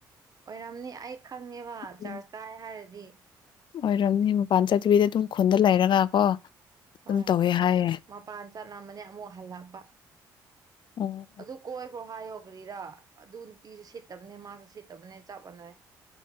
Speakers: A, on the right; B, on the left.
A: ꯑꯣꯏꯔꯝꯅꯤ ꯑꯩ ꯈꯪꯉꯦꯕ ꯆꯔꯆ
B: ꯎꯝ
A: ꯀꯥꯏ ꯍꯥꯏꯔꯗꯤ
B: ꯑꯣꯏꯔꯝꯅꯤ ꯃꯄꯥꯟ ꯆꯠꯇꯕꯤꯗ ꯑꯗꯨꯝ ꯈꯨꯟꯗ ꯂꯩꯔꯒ ꯀꯣ ꯑꯗꯨꯝ
A: ꯍꯣꯏ
B: ꯇꯧꯋꯦ ꯍꯥꯏꯌꯦ
A: ꯃꯄꯥꯟ ꯆꯠꯂꯝꯕꯅꯦ ꯑꯃꯨꯛ ꯍꯜꯂꯛꯄ
B: ꯑꯣ
A: ꯑꯗꯨ ꯀꯣꯏꯈ꯭ꯔꯣ ꯍꯥꯏꯌꯣ ꯀꯔꯤꯔ ꯑꯗꯨ ꯅꯨꯄꯤꯁꯨ ꯁꯤꯠꯇꯕꯅꯦ ꯃꯥꯁꯨ ꯁꯤꯠꯇꯕꯅꯦ ꯆꯞ ꯃꯥꯟꯅꯩ